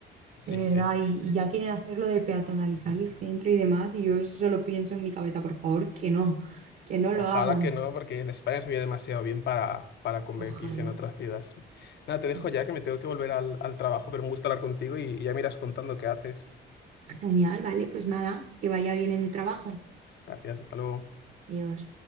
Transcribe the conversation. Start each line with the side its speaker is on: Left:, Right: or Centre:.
Left: Sí,
Right: de
Left: sí.
Right: verdad, y, y ya quieren hacerlo de peatonalizar el centro y demás, y yo eso solo pienso en mi cabeza, por favor, que no, que no
Left: Ojalá
Right: lo hagan.
Left: que no, porque en España se vive demasiado bien para, para convertirse
Right: Ojalá.
Left: en otra ciudad, sí. Nada, te dejo
Right: pues sí.
Left: ya que me tengo que volver al, al trabajo, pero un gusto hablar contigo y, y ya miras contando qué haces.
Right: Genial, vale, pues nada, que vaya bien en el trabajo.
Left: Gracias, hasta luego.
Right: Adiós.